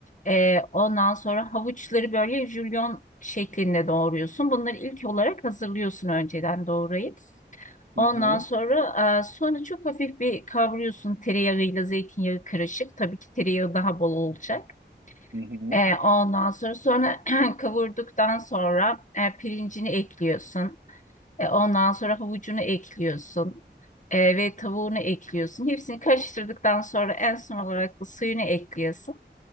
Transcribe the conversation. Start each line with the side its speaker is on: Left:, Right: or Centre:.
Left: E, ondan sonra havuçları böyle jülyon şeklinde doğruyorsun. Bunları ilk olarak hazırlıyorsun önceden doğrayıp.
Right: hı.
Left: Ondan sonra e, sonra çok hafif bir kavuruyorsun tereyağıyla zeytinyağı karışık. Tabii ki tereyağı daha bol olacak.
Right: Hı hı.
Left: E, ondan sonra sonra <clears throat> kavurduktan sonra e, pirincini ekliyorsun. E, ondan sonra havucunu ekliyorsun. E, ve tavuğunu ekliyorsun. Hepsini karıştırdıktan sonra en son olarak da suyunu ekliyorsun.